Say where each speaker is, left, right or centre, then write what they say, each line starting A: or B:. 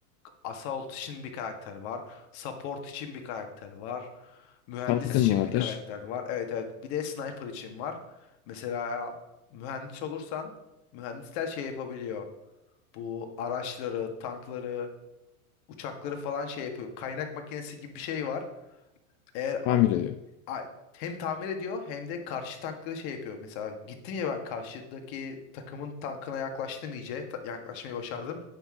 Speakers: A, on the left; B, on the left.
A: Assault için bir karakter var. Support için bir karakter var. Mühendis
B: Tankın
A: için
B: vardır.
A: bir karakter var. Evet evet. Bir de sniper için var. Mesela mühendis olursan mühendisler şey yapabiliyor. Bu araçları, tankları, uçakları falan şey yapıyor. Kaynak makinesi gibi bir şey var. Eğer a-
B: Tamir ediyor.
A: a- hem tamir ediyor hem de karşı tankları şey yapıyor. Mesela gittim ya ben karşıdaki takımın tankına yaklaştım iyice. ta- Yaklaşmayı başardım.